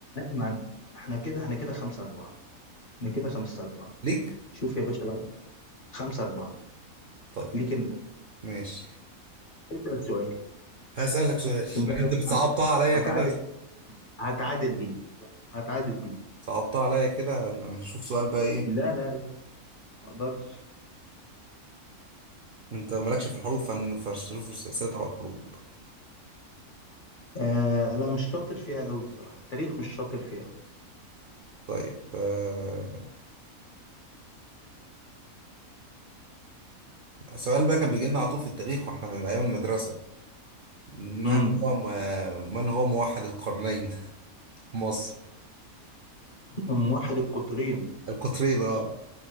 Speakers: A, on the left (about 45°); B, on the right (about 60°).
A: مع- احنا كده احنا كده خمسة أربعة احنا كده خمسة أربعة
B: ليك
A: شوف يا باشا بقى خمسة أربعة
B: طيب
A: ليك أنت
B: ماشي
A: اسأل سؤال
B: هسألك سؤال <laughs>
A: عشان
B: ما
A: ده
B: انت بتصعبتها
A: هت-
B: عليا
A: هتعادل
B: كده
A: هتعادل بيه هتعادل بيه
B: صعبتها عليا كده نشوف سؤال بقى ايه
A: لا لا لا ما أقدرش
B: انت مالكش في الحروب فن- فالظروف والسياسة تبع الحروب
A: آه لا مش شاطر فيها قوي بصراحة التاريخ مش شاطر فيها قوي
B: طيب آه، السؤال بقى كان بيجي لنا على طول في التاريخ واحنا في ايام المدرسة من
A: امم
B: هو م- من هو موحد القرنين <laughs> في مصر
A: أم واحد القطرين
B: القطرين اه